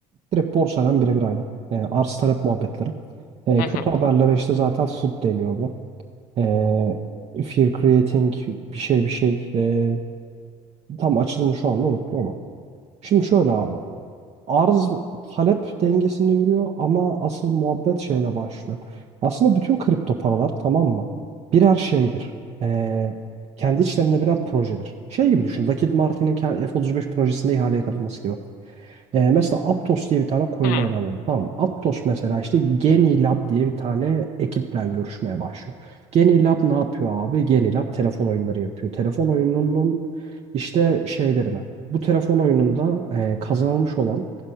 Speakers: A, on the right (about 50°); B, on the left (about 75°).
A: direkt borsayla birebir aynı. Ee, arz talep muhabbetleri. Ee,
B: Hı hı.
A: kötü haberlere işte zaten FUD deniyor bu. Ee, fear creating bir şey bir şey. Ee, tam açılımı şu anda unuttum ama. Şimdi şöyle abi. arz talep dengesinde yürüyor ama asıl muhabbet şeyle başlıyor. Aslında bütün kripto paralar tamam mı? Birer şeydir. Ee, kendi içlerinde birer projedir. Şey gibi düşün. Lockheed Martin'in ke- F-35 projesinde ihaleye katılması gibi. Ee, mesela Aptos diye bir tane coin'i
B: Hı.
A: ele alalım. Tamam. mı? Aptos mesela işte Genilab diye bir tane ekiple görüşmeye başlıyor. Genilab ne yapıyor abi? Genilab telefon oyunları yapıyor. Telefon oyununun işte şeylerine. Bu telefon oyununda e, kazanılmış olan